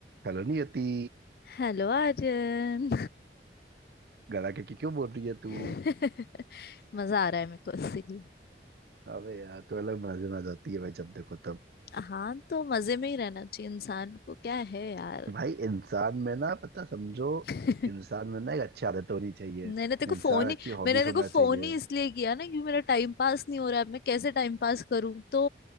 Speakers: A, on the right; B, on the left.
A: हेलो नियति
B: Hello Arjun
A: गला के क्यों बोल रही है
B: <laughs>
A: तू
B: मजा आ रहा है मेरे को इसीलिए
A: अबे यार तू अलग मजे में आ जाती है भाई जब देखो तब
B: हाँ तो मजे में ही रहना चाहिए इंसान को क्या है यार
A: भाई इंसान में ना पता समझो
B: <laughs>
A: इंसान में ना एक अच्छी आदत होनी चाहिए
B: मैंने तेरे को फोन
A: इंसान
B: ही
A: अच्छी हॉबीज
B: मैंने तेरे
A: होना
B: को
A: चाहिए
B: फोन ही इसलिए किया ना क्योंकि मेरा टाइम पास नहीं हो रहा है अब मैं कैसे टाइम पास करूं तो